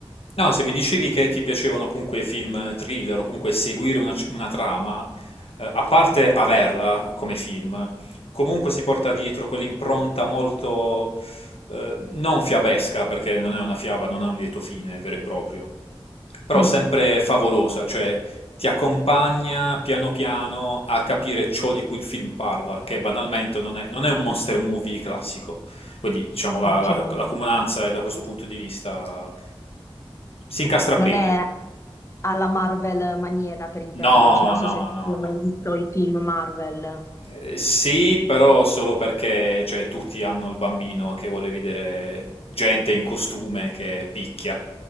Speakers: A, on the left; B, on the left.
A: No, se mi dicevi che ti piacevano comunque i film thriller o comunque seguire una, c- una trama, eh, a parte averla come film, comunque si porta dietro quell'impronta molto... eh, non fiabesca, perché non è una fiaba, non ha un lieto fine vero e proprio, però
B: mm,
A: sempre favolosa, cioè ti accompagna piano piano a capire ciò di cui il film parla, che banalmente non è non è un monster movie classico. Quindi diciamo la,
B: ok.
A: la, la comunanza è da questo punto di vista si incastra
B: Non
A: bene.
B: è alla Marvel maniera, per intenderci,
A: No,
B: non so
A: no,
B: se
A: no,
B: tu hai
A: no.
B: mai visto i film Marvel.
A: Eh, sì, però solo perché cioè, tutti hanno il bambino che vuole vedere gente in costume che picchia.